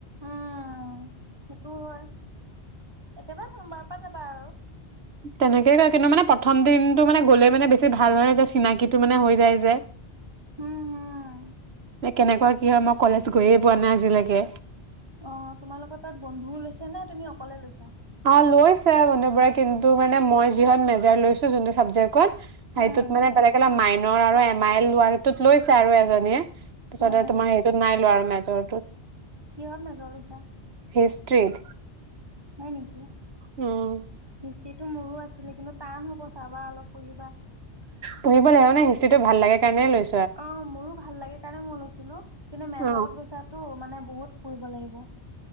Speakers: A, on the right; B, on the right.
A: উম সেইটো হয় একেবাৰে সোমবাৰৰ পৰা যাবা আৰু
B: তেনেকে কয় কিন্তু মানে প্ৰথম দিনটো মানে গ'লে মানে বেছি ভাল হয় নতিয়া চিনাকিটো মানে হৈ যায় যে
A: উম হুম
B: কেনেকুৱা কি হয় মই কলেজ গৈয়ে পোৱা নাই আজিলৈকে
A: অ' তোমাৰালোকৰ তাত বন্ধুও লৈছা নে তুমি অকলে লৈছা
B: অ' লৈ বধ কিন্তু মান মই যি মেজাৰ লৈছো যোনটো চাবেক
A: উম
B: মানে বেলেগ অ মাইনৰ আৰু এম আইল লোৱা তত লৈছে আৰু এজনীয়ে পিছতে
A: উম।
B: তোমাৰ হেইটোত নাই লোৱা আৰু মেজৰটোত
A: কিহঁত নেজৰ লৈছা?
B: হিষ্ট্ৰীত
A: হয় নেকি?
B: উম।
A: যিটো, মোৰো আছিলে কিন্তু টান হ'ব, চাবা অলপ পঢ়িবা।
B: পঢ়িব লাগিব মানে, হিষ্ট্ৰীটো ভাল লাগে কাৰণেহে লৈছোঁ।
A: অ', মোৰো ভাল লাগে কাৰণে মই লৈছিলোঁ। কিন্তু মেজৰত
B: অ
A: লৈছোঁতো, মানে বহুত পঢ়িব লাগিব।